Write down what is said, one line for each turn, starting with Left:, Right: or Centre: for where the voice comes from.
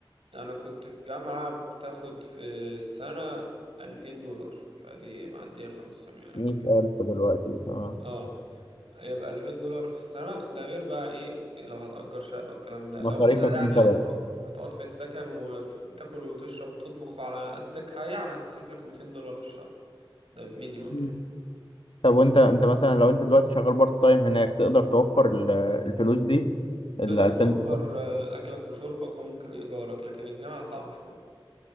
Right: أنا كنت في جامعة بتاخد في السنة ألفين دولار فدي معدية الخمسة وسبعين ألف
Left: 100,000
Right: يعني.
Left: دلوقتي اه
Right: اه يبقى 2000 دولار في السنة ده غير بقى ايه لو هتأجر شقة والكلام ده
Left: مصاريفك
Right: لو انت يعني
Left: انت
Right: هت-
Left: بقى
Right: هتقعد في السكن وف- وتاكل وتشرب وتطبخ على قدك ه- يعني هتصرف لك 200 دولار في الشهر ده مينيمم
Left: مم.
Right: يعني
Left: طب وانت انت مثلا لو انت دلوقتي شغال بارت تايم هناك تقدر توفر ال- الفلوس دي ال
Right: تقدر
Left: 2000
Right: توفر
Left: دولار
Right: آه، أكلك وشربك وممكن إيجارك لكن الجامعة صعب شوية